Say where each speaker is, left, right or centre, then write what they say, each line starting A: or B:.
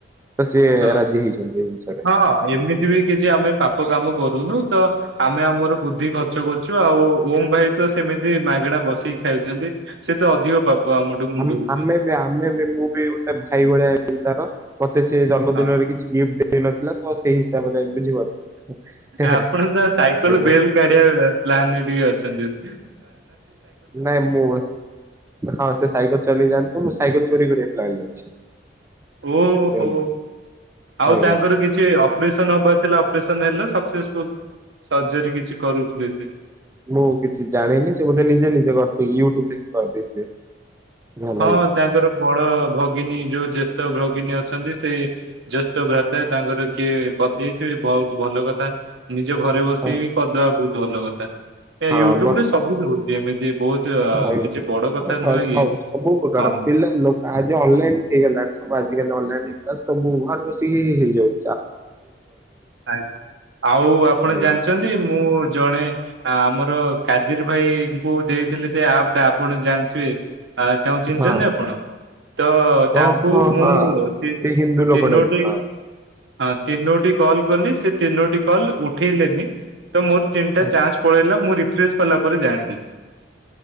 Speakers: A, on the right; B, on the right.
A: ତ ସିଏ
B: ହଁ,
A: ରାଜି ହେଇଛନ୍ତି ଏ ଜିନିଷରେ।
B: ହଁ, ଏମିତି ବି କିଛି ଆମେ ପାପ କାମ କରୁନୁ। ତ ଆମେ ଆମର ବୁଦ୍ଧି ଖର୍ଚ୍ଚ କରୁଛୁ, ଆଉ ଓମ ଭାଇ ତ ସେମିତି ମାଗଣା ବସେଇକି ଖାଉଛନ୍ତି, ସେ ତ ଅଧିକ ପାପ ଆମଠୁ ମୁଣ୍ଡଉଛନ୍ତି।
A: ଆମ ଆମେ ବି ଆମେ ବି ମୁଁ ବି ଏ ଭାଇ ଭଳିଆ ହେବି ତାର, ମତେ ସେ ଜନ୍ମଦିନରେ
B: ହଁ
A: କିଛି ଗିଫ୍ଟ ଦେଇନଥିଲା, ତ ସେଇ ହିସାବରେ ବୁଝିପାରୁଛ। ହେ ହେ
B: ଆପଣ ତ ସାଇକେଲ
A: ଆଜ୍ଞା
B: ବେଲ କାଢିବା ପ୍ଲାନରେ ଟିକେ ଅଛନ୍ତି ବଧେ।
A: ନାଇଁ, ମୁଁ ହଁ ସେ ସାଇକେଲ ଚଲେଇ ଯାଆନ୍ତି ତମୁଁ ସାଇକେଲ ଚୋରି କରିବା ପ୍ଲାନ୍ ରେ ଅଛି।
B: ଓହୋ,
A: ବେଲ
B: ଆଉ
A: ଆଜ୍ଞା।
B: ତାଙ୍କର କିଛି ଅପରେସନ ହବାର ଥିଲା? ଅପରେଶନ ହେଲା ସକ୍ସେସଫୁଲ। ସର୍ଜରୀ କିଛି କରୁଥିଲେ ସେ
A: ମୁଁ କିଛି ଜାଣିନି, ସେ ବୋଧେ ନିଜେ ନିଜେ କ ୟୁଟ୍ୟୁବ ଦେଖି କରିଦେଇଥିବେ। ଯାହା ଲାଗୁଛି।
B: ହଁ ତାଙ୍କର ବଡ ଭଗିନୀ, ଯୋଉ ଜ୍ୟେଷ୍ଠ ଭଗୀ ନି ଅଛନ୍ତି, ସେ ଜେଷ୍ଠ ଭ୍ରାତା ତାଙ୍କର କିଏ କରିଦେଇଥିବେ, ବହୁତ ଭଲ କଥା ନି ନିଜ ଘରେ ବସିକି
A: ହଁ
B: ବି କରିଦବା ବହୁତ ଭଲ କଥା,
A: ହଁ
B: ୟୁଟ୍ୟୁବ
A: ବ
B: ରେ ସବୁ ଦଉ ଏମିତି ବହୁତ
A: ଆଜ୍ଞା।
B: କିଛି ବଡ କଥା
A: ହଁ ସ
B: ନୁହେଁ
A: ସ
B: ଇଏ।
A: ସବୁ ପ୍ରକାର
B: ହଁ।
A: ପିଲା, ଲୋକ ଆଜି ଅନଲାଇନ ହେଇଗଲାଣି, ସବୁ ଆଜିକାଲି ଅନଲାଇନ ହେଇଗଲା, ସବୁ ଘରେ ବ କି ହେଇଯାଉ
B: ଆଜ୍ଞା, ଆଉ ଆପଣ
A: ଆଜ୍ଞା।
B: ଜାଣିଛନ୍ତି ମୁଁ ଜଣେ ଆମର କାଜିର ଭାଇଙ୍କୁ ଦେଇଥିଲେ ସେ ଆପ୍ ଟା, ଆପଣ ଜାଣିଥିବେ। ଆଉ ତାଙ୍କୁ ଚିହ୍ନିଛନ୍ତି
A: ହଁ
B: ଆପଣ? ତ ତାଙ୍କୁ
A: ଓହୋ ହଁ
B: ମୁଁ
A: ହଁ
B: ତି
A: ସେ ହିନ୍ଦୁ
B: ତିନୋଟି
A: ଲୋକଟା ଯ- ହଁ
B: ହଁ ତିନୋଟି କଲ କଲି ସେ ତିନୋଟି କଲ ଉଠେଇଲେନି। ତ ମୋର ତିନିଟା
A: ଆଚ୍ଛା।
B: ଚାନ୍ସ ପଳେଇଲା ମୁଁ ରିଫ୍ରେସ କଲା ପରେ ଯାଇଲି।